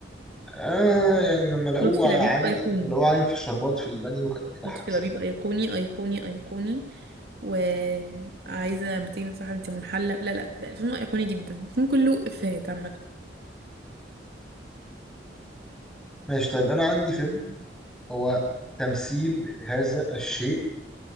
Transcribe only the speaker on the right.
لطفي لبيب
ايقوني
لطفي
لبيب ايقوني ايقوني ايقوني وعايزة 200 صاحب انت منحلة لا لا لا الفيلم ايقوني جدا الفيلم كله افيهات عامة